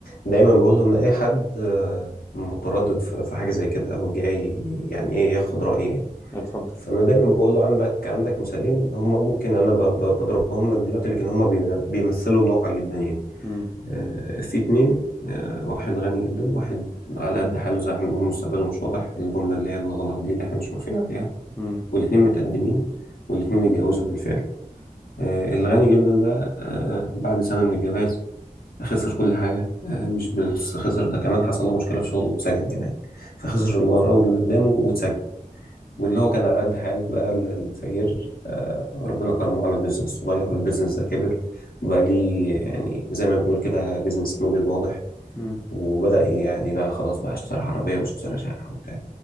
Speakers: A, on the left; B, on the left.
A: دايما بقولهم لأي حد آه، متردد في في حاجة زي كده او جاي يعني ايه ياخد رأيي
B: اتفضل
A: فانا دايما بقول له عندك عندك مثالين هم ممكن انا ب- ب- بضربهم لك دلوقتي لكن هم بي- بيمثلوا الواقع جدا يعني
B: امم
A: آه، في اتنين آه، واحد غني جدا واحد على قد حاله زي ما بنقول مستقبله مش واضح الجملة اللي هي الغلط دي اللي احنا مش موافقين عليها
B: امم
A: والاتنين متقدمين والاتنين اتجوزوا بالفعل آه، الغني جدا ده آه، بعد سنة من الجواز خسر كل حاجة آه، مش بس خسر ده كمان حصل له مشكلة في شغله واتسجن كمان فخسر اللي وراه واللي قدامه واتسجن واللي هو كان على قد حاله ده الفقير آه، ربنا كرمه وعمل بيزنس صغير والبيزنس ده كبر وبقى ليه يعني زي ما بنقول كده بيزنس موديل واضح
B: امم
A: وبدأ يعني بقى خلاص بقى اشترى عربية واشترى شقة وبتاع